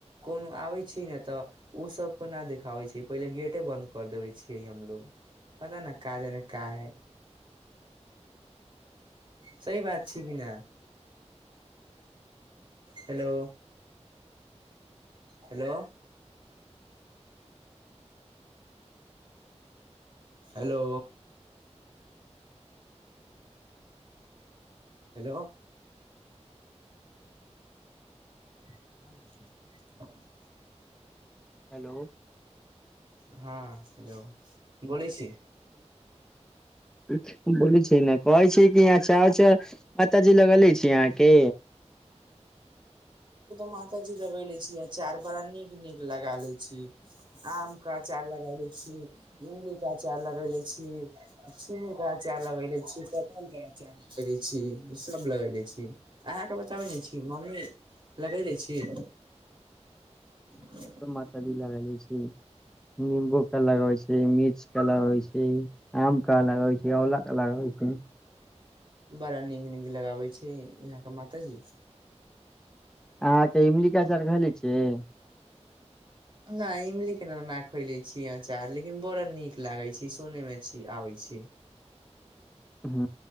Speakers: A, on the right; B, in the centre.
A: कोनो आबैय छी ने तऽ ओ सबके न देखाबै छै पहिले गेटे बन्द कर देबे छियै हमलोग पता न काजाने का है सही बात छी कि न हेलो हेलो हेलो हेलो ह
B: हेलो
A: हँ हेलो गै छी
B: छै बोल छी नहि कहै छी ह च माताजी लगले छी यहाँ के
A: मात जी लगेले छी अचार बड़ा नीक नीक लगा ले छी आम के अचार लगा ले छी इमली के अचार लगाबे छी छिमी के अचार लगाबे छी कटहल के अचार लगबे छी सब लगले छी अहाँ के बताबे ने छी मम्मी लागय दैय छी ह
B: माती लग ले छै निमबू क अलग होइ छै मिर्च क अलग होइ छै आम का अलग होइ छै औला के अलग होइ छै
A: बड़ा नीक नीक लगाबै छै यहाँ के मातााजी
B: अहाँके इमल का चाउर घले छिय
A: नहि इमली के नना खोले छीय अचार लेकिन बड़ा नीक लागे छै सुने मे छी आबै छी
B: ह